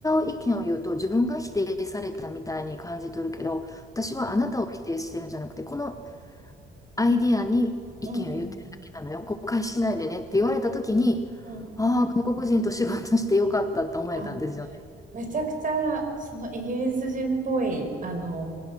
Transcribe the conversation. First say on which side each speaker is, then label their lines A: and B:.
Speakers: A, on the left; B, on the right.
A: う意見を言うと自分が否定されたみたいに感じ取るけど、私はあなたを否定してるんじゃなくて、このアイディアに意見を言ってるだけなのよ。
B: うんうん
A: 誤解しないでねって言われたときに、
B: うん
A: ああ、外国人と仕事してよかったって思えたんですよね。
B: あ、めちゃくちゃそのイギリス人っぽいあの